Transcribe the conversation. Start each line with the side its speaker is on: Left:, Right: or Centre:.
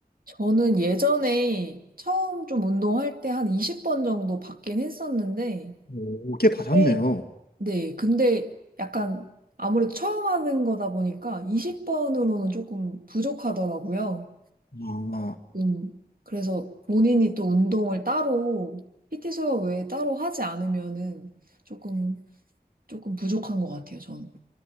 Right: 저는 예전에 처음 좀 운동할 때 한 20번 정도 받긴 했었는데
Left: 오, 꽤
Right: 그때
Left: 받았네요.
Right: 네, 근데 약간 아무래도 처음 하는 거다 보니까 20번으로는 조금 부족하더라고요.
Left: 아,
Right: 음, 그래서 본인이 또 운동을 따로, PT 수업 외에 따로 하지 않으면은 조금, 조금 부족한 것 같아요, 저는.